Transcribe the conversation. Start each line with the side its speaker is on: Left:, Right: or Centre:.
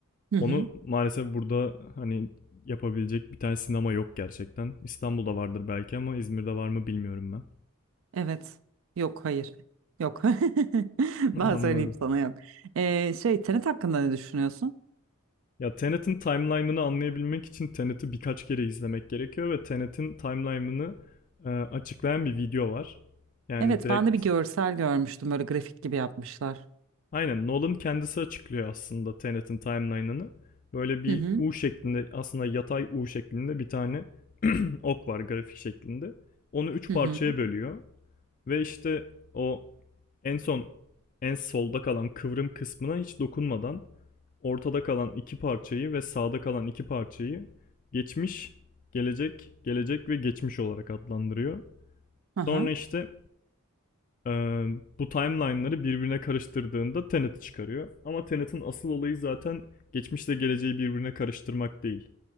Right: Hı hı.
Left: Onu maalesef burada hani yapabilecek bir tane sinema yok gerçekten. İstanbul'da vardır belki ama İzmir'de var mı bilmiyorum ben.
Right: Evet. Yok, hayır. Yok. <laughs>
Left: <laughs> Anladım.
Right: Ben söyleyeyim sana yok. Ee, şey, Tenet hakkında ne düşünüyorsun?
Left: Ya Tenet'in timeline'ını anlayabilmek için Tenet'i birkaç kere izlemek gerekiyor ve Tenet'in timeline'ını e, açıklayan bir video var. Yani
Right: Evet,
Left: direkt
Right: ben de bir görsel görmüştüm. Böyle grafik gibi yapmışlar.
Left: aynen Nolan kendisi açıklıyor aslında Tenet'in timeline'ını. Böyle bir
Right: Hı hı.
Left: U şeklinde aslında yatay U şeklinde bir tane <clears throat> ok var grafik şeklinde. Onu üç
Right: Hı
Left: parçaya
Right: hı.
Left: bölüyor ve işte o en son en solda kalan kıvrım kısmına hiç dokunmadan ortada kalan iki parçayı ve sağda kalan iki parçayı geçmiş, gelecek, gelecek ve geçmiş olarak adlandırıyor.
Right: Aha.
Left: Sonra işte e, bu timeline'ları birbirine karıştırdığında Tenet'i çıkarıyor. Ama Tenet'in asıl olayı zaten geçmişle geleceği birbirine karıştırmak değil.